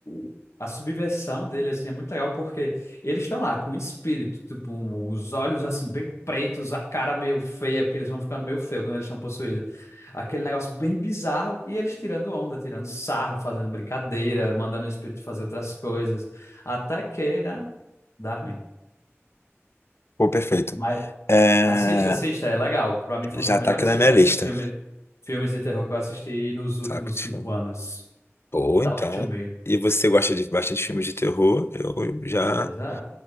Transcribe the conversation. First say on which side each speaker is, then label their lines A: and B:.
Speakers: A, on the left; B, on the left.
A: o- a subversão dele, assim, é muito legal porque eles estão lá com o espírito, tipo, um- os olhos, assim, bem pretos, a cara meio feia, porque eles vão ficando meio feio quando eles estão possuídos. Aquele negócio bem bizarro e eles tirando onda, tirando sarro, fazendo brincadeira, mandando o espírito fazer outras coisas. Até que, né, dá ruim.
B: Pô, perfeito.
A: Mas
B: É,
A: assista, assista, é legal. Pra mim foi
B: já
A: um dos melhores
B: tá aqui na minha lista,
A: filmes, filmes de terror que eu assisti nos últimos
B: saca? Tipo,
A: cinco anos.
B: pô,
A: Talk
B: então.
A: to me.
B: E você gosta de bastante filmes de terror? Eu já,
A: Pois é.